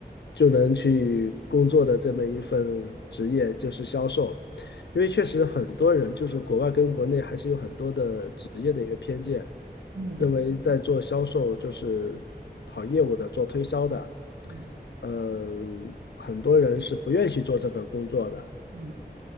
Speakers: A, on the left; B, on the right.
A: 就能去工作的这么一份职业就是销售，因为确实很多人就是国外跟国内还是有很多的职业的一个偏见，
B: 嗯
A: 认为在做销售就是跑业务的、做推销的，
B: 嗯
A: 嗯，很多人是不愿意去做这份工作的，
B: 嗯